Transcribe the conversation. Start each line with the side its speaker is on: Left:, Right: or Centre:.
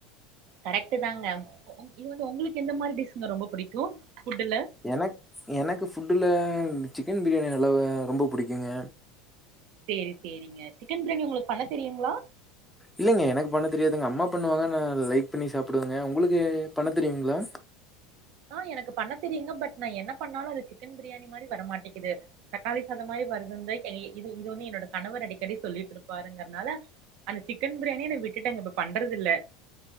Right: கரெக்ட் தாங்க இது வந்து உங்களுக்கு எந்த மாதிரி டிஷுங்க ரொம்ப புடிக்கு ஃபுட்டுல
Centre: என எனக்கு ஃபுட்டுல சிக்கன் பிரியாணி நல்லாவ ரொம்ப புடிக்குங்க
Right: செரி செரிங்க சிக்கன் பிரியாணி உங்களுக்கு பண்ண தெரியுங்களா
Centre: இல்லைங்க எனக்கு பண்ண தெரியாதுங்க அம்மா பண்ணுவாங்க நா லைக் பண்ணி சாப்பிடுவங்க உங்களுக்கு பண்ண தெரியுங்களா
Right: ஆஹ் எனக்கு பண்ண தெரியுங்க பட் நா என்ன பண்ணாலு அது சிக்கன் பிரியாணி மாரி வரமாட்டேங் இது தக்காளி சாதோ மாரி வருதுந்த இது இது வந்து என்னோட கணவர் அடிக்கடி சொல்லிட்டு இருப்பாருங்கறனால அந்த சிக்கன் பிரியாணிய நா விட்டுட்டேங்க இப்ப பண்றதில்ல